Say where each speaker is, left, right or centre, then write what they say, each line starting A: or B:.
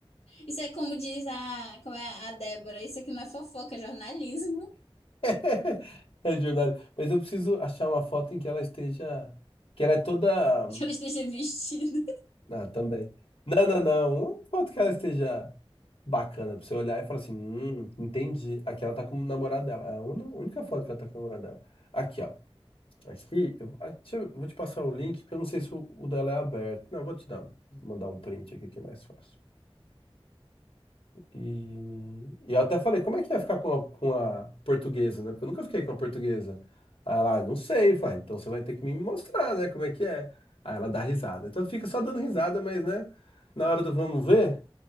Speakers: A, on the left; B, on the left.
A: Isso é como diz a, como é a Débora, isso aqui não é fofoca, é jornalismo. <laughs>
B: <laughs> É verdade. Mas eu preciso achar uma foto em que ela esteja, que ela é toda,
A: Que ela esteja vestida.
B: ah, também. Não, não, não. Uma foto que ela esteja bacana pra você olhar e falar assim, hum, entendi. Aqui ela tá com o namorado dela. É a una- única foto que ela tá com o namorado dela. Aqui, ó. Aqui, eu, ah, deixa eu- vou te passar o link, porque eu não sei se o, o dela é aberto. Não, eu vou te dar, mandar um print aqui que é mais fácil. E, e eu até falei, como é que ia ficar com a, com a portuguesa, né? Porque eu nunca fiquei com a portuguesa. Aí ela, "Ah, não sei, falei, "Ah, então você vai ter que me mostrar, né? Como é que é. Aí ela dá risada. Então fica só dando risada, mas, né? Na hora do vamos ver,